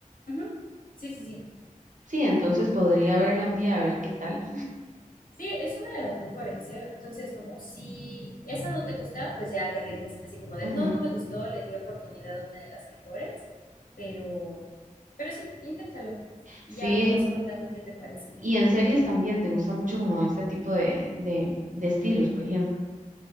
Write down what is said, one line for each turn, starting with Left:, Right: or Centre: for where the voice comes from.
Left: Ujú. Sí, sí, sí.
Right: Sí, entonces podría verla un día a ver qué tal.
Left: Sí, es una de las mejores, ¿eh? Entonces, como si esa no te gusta, pues ya te rindes. Así como de,
Right: Ujú.
Left: no, no me gustó, le di oportunidad a una de las mejores, pero, pero sí, inténtalo. Y
Right: Sí,
Left: ya me vas contando qué te parece.
Right: y en series también te gusta mucho como este tipo de, de, de estilos, por ejemplo.